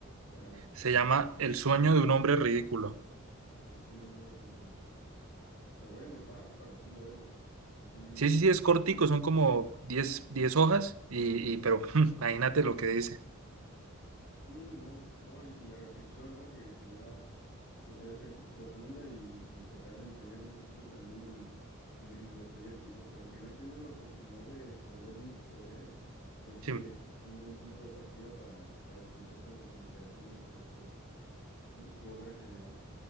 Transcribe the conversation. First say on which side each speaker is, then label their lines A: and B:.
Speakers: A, on the left (about 55°); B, on the right (about 85°).
A: para...
B: Se llama El sueño de un hombre ridículo.
A: al sueño de un hombre ridículo? Lo voy a anotar para así leerlo. Que sí,
B: Sí, sí, sí, es cortico, son como diez diez hojas, y, y- pero <laughs> imagínate lo que dice.
A: sí, no, no, y, y la reflexión, ¿no? Que, que ya... pues ha de ser profunda y, y tratar de entrañar un poquito también en, en, en Dostoyevsky, porque aunque no he tenido la oportunidad de, de leer mucho sobre él, creo que
B: Sí.
A: este es un buen punto de partida para, para conocer sobre su literatura, sobre su, su, su obra en general.